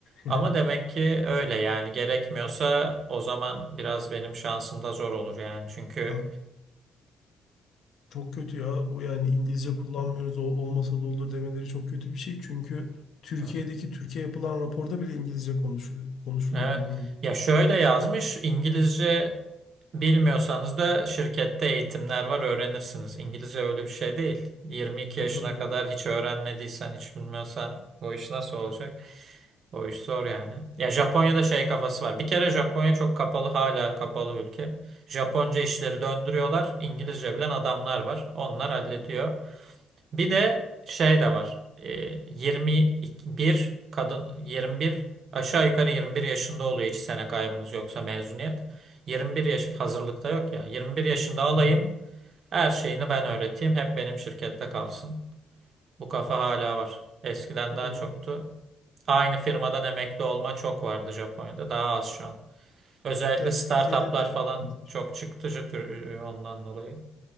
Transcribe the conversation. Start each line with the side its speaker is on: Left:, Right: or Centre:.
Left: <laughs>
Right: Ama demek ki öyle yani gerekmiyorsa o zaman biraz benim şansım da zor olur yani çünkü
Left: Ya, Çok kötü ya. Bu yani İngilizce kullanmıyoruz o- olmasa da olur demeleri çok kötü bir şey. Çünkü Türkiye'deki
Right: Hı,
Left: Türkiye yapılan raporda bile İngilizce konuşuluyor, konuşuluyor,
Right: evet
Left: kullanılıyor.
Right: ya şöyle yazmış İngilizce bilmiyorsanız da şirkette eğitimler var öğrenirsiniz. İngilizce öyle bir şey değil. 22
Left: Ya
Right: yaşına
Left: tabii
Right: kadar
Left: öyle.
Right: hiç öğrenmediysen hiç bilmiyorsan o iş nasıl olacak? O iş zor yani. Ya Japonya'da şey kafası var. Bir kere Japonya çok kapalı hala kapalı ülke. Japonca işleri döndürüyorlar. İngilizce bilen adamlar var. Onlar hallediyor. Bir de şey de var. Ee, yirmi bir kadın yirmi bir aşağı yukarı 21 yaşında oluyor hiç sene kaybınız yoksa mezuniyet. yirmi bir yaş hazırlıkta yok ya. yirmi bir yaşında alayım.
Left: Hı
Right: Her şeyini ben öğreteyim. Hep benim şirkette kalsın. Bu kafa hala var. Eskiden
Left: hı.
Right: daha çoktu. Aynı firmadan emekli olma çok vardı Japonya'da. Daha az şu an. Özellikle
Left: Ya
Right: startuplar
Left: Türkiye'de de
Right: falan
Left: benzer.
Right: çok çıktı şu tür- ondan dolayı.